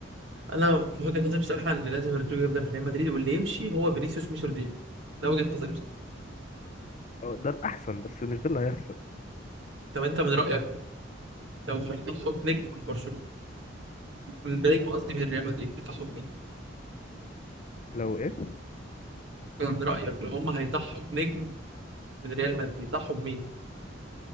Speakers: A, on the right (about 70°); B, on the left (about 40°).
A: انا في وجهه نظري بصراحه ان لازم رودريجو يفضل في ريال مدريد واللي يمشي هو فينيسيوس مش رودريجو ده وجهه نظري بصراحه
B: ده الأحسن بس مش ده اللي هيحصل
A: طب انت من رايك لو هيضحوا بنجم من برشلونه من نجم قصدي من ريال مدريد يضحوا بمين؟
B: لو إيه
A: من رايك لو هم هيضحوا بنجم من ريال مدريد يضحوا بمين؟